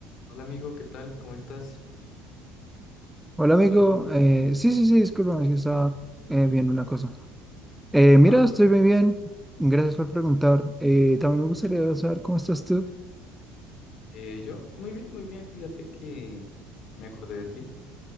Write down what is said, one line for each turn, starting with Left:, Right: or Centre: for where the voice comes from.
Left: Hola amigo, ¿qué tal? ¿Cómo estás?
Centre: Hola
Left: ¿Estás
Centre: amigo,
Left: ahí, amigo?
Centre: Eh, sí, sí, sí, discúlpame, es que estaba eh, viendo una cosa. Eh, mira,
Left: Ah, perfecto.
Centre: estoy muy bien, gracias por preguntar. Eh, también me gustaría saber cómo estás tú.
Left: Eh, yo, muy bien, muy bien. Fíjate que me acordé de ti